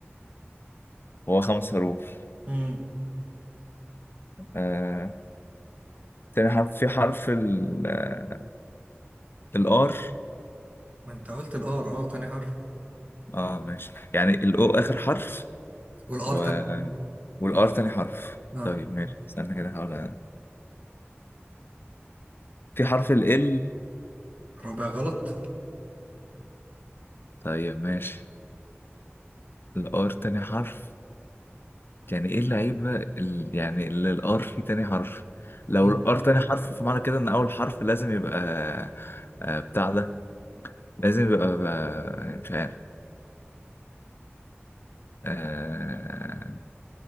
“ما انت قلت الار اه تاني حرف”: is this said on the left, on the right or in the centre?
Right